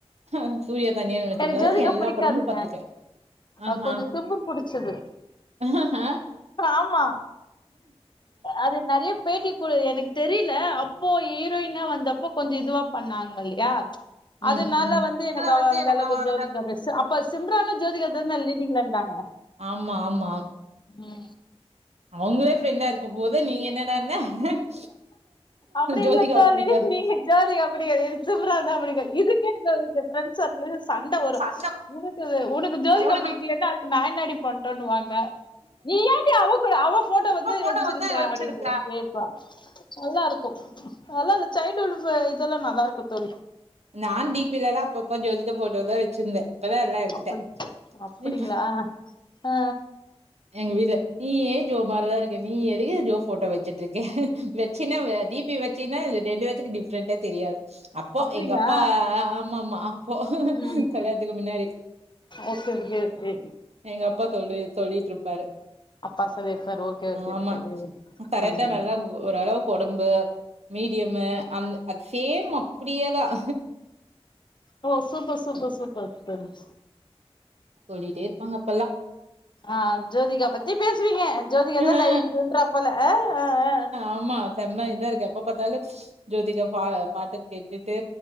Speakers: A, on the right; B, on the left.
A: ஆஹ் சூர்யா தனியா நடுச்சுருந்த
B: எனக்கு ஜோதிகா
A: எல்லா
B: புடிக்காதுங்க
A: படமு பாத்ருக்கேன் ஆஹஹ
B: அது கொஞ்சோ திமிர் புடிச்சது
A: ஆஹஹ
B: ஆமா அது நிறைய பேட்டி குடு எனக்கு தெரியல அப்போ ஹீரோயினா வந்தப்ப கொஞ்சம் இதுவா பண்ணாங்க இல்லையா
A: ம்
B: அதனால
A: ம்
B: வந்து எனக்கு
A: ஆனா
B: அவ அந்த
A: எனக்கு
B: அளவுக்கு
A: அந்த
B: ஜோதிகா பேசு அப்ப சிம்ரனும் ஜோதிகா தான லீடிங்ல இருந்தாங்க
A: ஆமா ஆமா
B: உம்
A: அவங்களே ஃப்ரெண்டா இருக்கும் போது நீங்க என்ன ருந்தா என்ன
B: அப்டி
A: ஜோதிகாவ
B: இல்ல தோழி
A: பிடிக்காது
B: நீங்க ஜோதிகா அப்டி <unintelligible> இதுக்கே எங்க ஃபிரண்ட்ஸ் சர்கள்ல சண்டை வரும்
A: சண்ட
B: உனக்கு உனக்கு ஜோதிகா
A: உனக்கு
B: பிடிக்கலைனா அதுக்கு நா என்னாடி பண்ண றேனுவாங்க நீ ஏண்டி அவ போட்டோ
A: இப்ப
B: வந்து
A: போட்டோ
B: வச்சிருக்க
A: வச்சிருக்க
B: அப்பின்ற ப்பா நல்லா இருக்கும் நல்லா லிச்சை <unintelligible> இதெல்லாம் நல்லா இருக்கு தோழி
A: நான் தீபில எல்லாம் அப்ப அப்ப ஜோதிகா போட்டோ தான் வச்சிருந்தேன் இப்பதான் எல்லாம் எடுத்துட்டேன்
B: அப்படி அப்படிங்களா
A: இப்ப
B: ஆ
A: எங்க வீட்டுல நீ ஏன் ஜோமாரிதான் இ ருக்க நீயே அப்ப யே ஜோ போட்டோ வச்சுட்டு இருக்க வச்சினா தீபி வச்சினா ரெண்டு பேத்துக்கு டி ஃப்ரெண்ட தெரியாது அப்போ
B: அப்படிங்களா
A: எங்க அப் பா ஆமா ஆமா அப்போ
B: ம்
A: கல்யாணத்துக்கு முன்னாடி
B: ஓகே ஓகே ஓகே
A: எங்க அப்பா தொல்லி தொல்லிட்டு இருப்பாரு
B: அப்பா சொல்லிருப்பாரு ஓகே ஓகே
A: ஆமா
B: தோழி
A: தரட்டான்
B: ம்
A: நல்லா ஓரளவுக்கு ஒடம்பு மீடியமு அந்த அது சேம் அப்படியேதான்
B: ஓ சூப்பர் சூப்பர் சூப் பர்பஸ்
A: சொல்லிட்டே இருப்பாங்க அப்பெல்லா.
B: ஆ ஆஹ் ஜோதிகா பத்தி பேசுவீங்க ஜோதிகா
A: ஹ்ஹ
B: தா இதுன்றா போல ஆ ஆ ஆ
A: ஆமா செம்மா இதான் இருக்கு அப்ப பாத்தாலும் ஜோதிகா பா பாட்ட கேட்டுட்டு